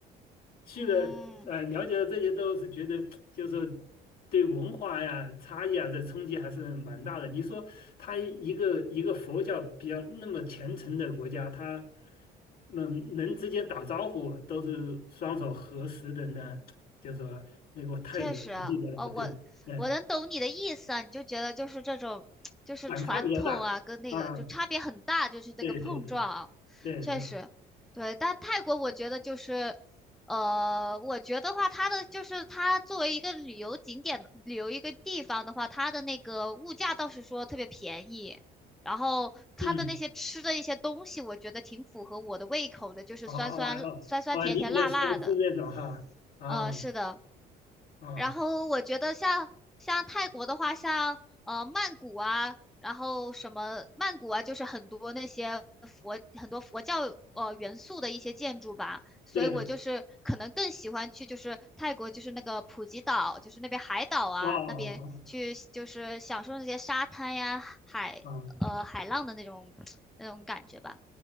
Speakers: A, on the left; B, in the centre.
A: 去了，
B: 嗯，
A: 呃，了解了这些都是觉得，就是对文化呀、差异啊这冲击还是蛮大的。你说他一个一个佛教比较那么虔诚的国家，他嗯人之间打招呼都是双手合十的呢，就说那个泰语我不记得了，
B: 确实，哦，我我能懂你的意思啊，
A: 对，对，
B: 你就觉得就是这种，就是传统啊，
A: 反差比较大啊，
B: 跟那个就差别很大，就是这个碰撞啊，
A: 对对对对对，
B: 确实，对。但泰国我觉得就是，呃，我觉得话，它的就是它作为一个旅游景点、旅游一个地方的话，它的那个物价倒是说特别便宜，然后它的那些吃的一些东西，
A: 嗯，
B: 我觉得挺符合我的胃口的，就是酸酸酸酸甜甜辣辣的，
A: 哦哦哦哦，你比较喜欢吃那种哈，啊
B: 呃，是的。
A: 啊，
B: 然后我觉得像像泰国的话，像呃曼谷啊，然后什么曼谷啊，就是很多那些佛很多佛教呃元素的一些建筑吧，所以我就是可能更喜欢去就是泰国就是那个普吉岛，
A: 对，
B: 就是那边海岛啊那边去就是享受那些沙滩呀海呃海浪的那种
A: 哦哦哦哦。哦
B: <tsk> 那种感觉吧。